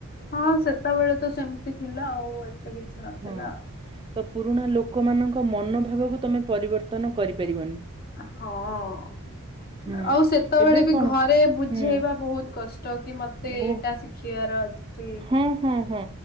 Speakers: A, on the left (about 45°); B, on the right (about 20°).
A: ହଁ ସେତେବେଳେ ତ ସେମିତି ଥିଲା ଆଉ। ଏତେ କିଛି ନଥିଲା
B: ହଁ
A: ଆଉ
B: ତ ପୁରୁଣା ଲୋକମାନଙ୍କ ମନୋଭାବକୁ ତମେ ପରିବର୍ତ୍ତନ କରିପାରିବନି।
A: ହଁ।
B: ହୁଁ
A: ଆଉ ସେତେବେଳେ
B: ଏବେ
A: ବି
B: କଣ
A: ଘରେ ବୁଝେଇବା
B: ହୁଁ
A: ବହୁତ କଷ୍ଟ କି ମତେ
B: ବୋ
A: ଏଇଟା ଶିଖିବାର ଅଛି।
B: ହଁ ହଁ ହଁ